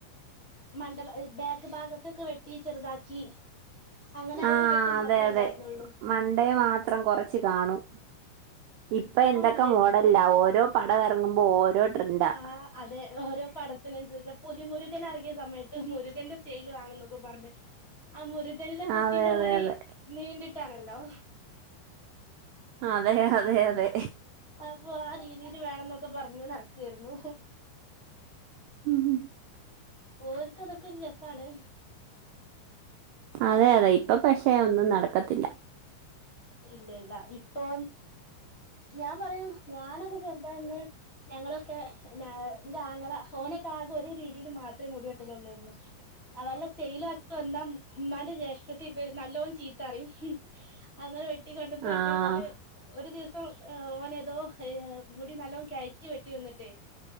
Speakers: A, on the left; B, on the right.
A: മണ്ഡപ ബാക്ക് ഭാഗത്തൊക്കെ വെട്ടി ചെറുതാക്കി അങ്ങനെ
B: ആഹ്
A: ആ ഒരു വെട്ട് മാത്രേ
B: അതെ അതെ
A: ണ്ടാരുന്നോള്ളു.
B: മൺഡേ മാത്രം കൊറച്ച് കാണും
A: <unintelligible>
B: ഇപ്പൊ എന്തൊക്കെ
A: ഇപ്പോം
B: മോഡലിലാ ഓരോ പടം എറങ്ങുമ്പോ ഓരോ ട്രെൻഡാ
A: ആ അതെ ഓരോ പട ത്തിനനുസരിച്ച പുലി മുരുകൻ എറങ്ങിയ സമയത്ത് മുരുകൻന്റെ സ്റ്റാല് വേണെന്നൊക്കെ പറഞ്ഞ് ആ മുരുകനന്റെ കുട്ടീന്റെ
B: അതെ അതെ
A: മുടി
B: അതെ
A: നീണ്ടിട്ടാണല്ലോ?
B: അതെ അതെ അതെ
A: അപ്പോ ആ രീതില് വേണം ന്നൊക്കെ പറഞ്ഞു നടക്കാരുന്നു.
B: <unintelligible>
A: ഓര്ക്ക് അതൊക്കെ ഒരുരസാണ്.
B: അതെ അതെ ഇപ്പോ പഷേ ഒന്നും നടക്കത്തില്ല.
A: ഇല്ല ഇല്ല ഇപ്പോ ഞാൻ പറയും ഞാനൊക്കെ ചെറുതാന്ന് ഞങ്ങള ക്കെ ഇന്റെ ആങ്ങള ഓനൊക്കെ ആകെ ഒരേ രീതില് മാത്രമേ മുടിവെട്ടലൊള്ളരുന്നു. അവല്ല സ്റ്റെയിലുംക്കെ വന്ന ഉമ്മാന്റെ ജേഷ്ഠത്തി <unintelligible> ത്തറയും അങ്ങനെ വെട്ടി <unintelligible>
B: ആഹ്
A: ഓന് ഒരു ദി സോം ഓനെതോ മുടി നല്ലോ കയറ്റി വെട്ടി വന്നിട്ടേ